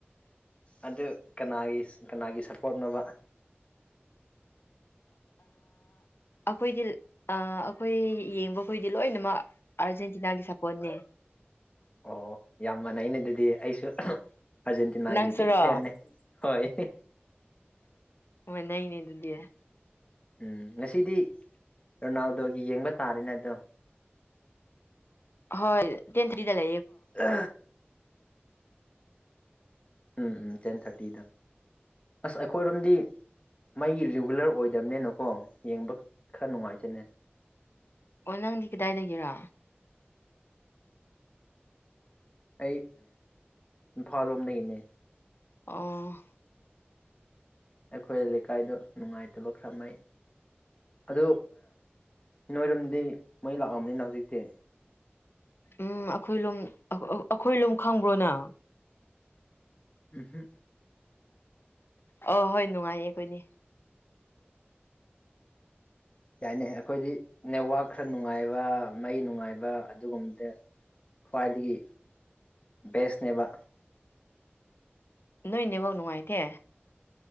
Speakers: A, on the left; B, on the left.
A: ꯑꯗꯨ ꯀꯅꯥꯒꯤ ꯀꯅꯥꯒꯤ ꯁꯄꯣꯔꯠꯅꯕ
B: ꯑꯩꯈꯣꯏꯗꯤ ꯑꯩꯈꯣꯏ ꯌꯦꯡꯕ ꯈꯈꯣꯏꯗꯤ ꯂꯣꯏꯅꯃꯛ ꯑꯥꯔꯖꯦꯟꯇꯤꯅꯥꯒꯤ ꯁꯥꯄꯣꯔꯠꯅꯦ
A: ꯑꯣ ꯌꯥꯝ ꯃꯥꯟꯅꯩ ꯑꯩꯅꯗꯗꯤ ꯑꯩꯁꯨ ꯑꯔꯖꯦꯟꯇꯤꯤꯟꯒ
B: ꯅꯪꯁꯨꯔꯣ
A: ꯐꯦꯅꯦꯦ ꯍꯣꯏ
B: ꯃꯥꯟꯅꯩꯅꯦ ꯑꯗꯨꯗꯤ
A: ꯎꯝ ꯉꯁꯤꯗꯤ ꯔꯣꯅꯥꯜꯗꯣꯒꯤ ꯌꯦꯡꯕ ꯇꯥꯔꯦꯅꯦ ꯑꯗꯣ
B: ꯍꯣꯏ ꯇꯦꯟ ꯊꯔꯤꯂ
A: ꯎ ꯎꯝ ꯎꯝ ꯇꯦꯟ ꯊꯥꯔꯇꯤꯗ ꯑꯁ ꯑꯩꯈꯣꯏꯔꯣꯝꯗꯤ ꯃꯩ ꯔꯤꯒꯨꯂꯔ ꯑꯣꯏꯗꯕꯅꯦ ꯅꯀꯣ ꯌꯦꯡꯕ ꯈꯔ ꯅꯨꯡꯉꯥꯏꯇꯅꯦ
B: ꯑꯣ ꯅꯪꯗꯤ ꯀꯗꯥꯏꯗꯒꯦꯔ
A: ꯑꯩ ꯏꯝꯐꯥꯜ ꯂꯣꯝꯗꯒꯤꯅꯦ
B: ꯑ
A: ꯑꯩꯈꯣꯏ ꯂꯩꯀꯥꯏꯗ ꯅꯨꯡꯉꯥꯏꯇꯕ ꯈꯔꯅꯩ ꯑꯗꯨ ꯅꯣꯏꯔꯣꯝꯗꯤ ꯃꯩ ꯂꯥꯛꯑꯕꯅꯤꯅ ꯍꯧꯖꯤꯛꯇꯤ
B: ꯎꯝ ꯑꯩꯈꯣꯏ ꯂꯨꯝ ꯑꯩꯈꯣꯏ ꯂꯨꯝ ꯈꯪꯕ꯭ꯔꯣꯅ
A: ꯎꯝꯍ
B: ꯑ ꯍꯣꯏ ꯅꯨꯡꯉꯥꯏꯌꯦ ꯑꯩꯈꯣꯏꯅꯦ
A: ꯌꯥꯏꯅꯦ ꯑꯩꯈꯣꯏꯗꯤ ꯅꯦꯠꯋꯥꯛ ꯈꯔ ꯅꯨꯡꯉꯥꯏꯕ ꯃꯩ ꯅꯨꯡꯉꯥꯏꯕ ꯑꯗꯨꯒꯨꯝꯕꯗ ꯈ꯭ꯋꯥꯏꯗꯒꯤ ꯕꯦꯁꯅꯦꯕ
B: ꯅꯣꯏꯅꯦꯕꯧ ꯅꯨꯡꯉꯥꯏꯇꯦ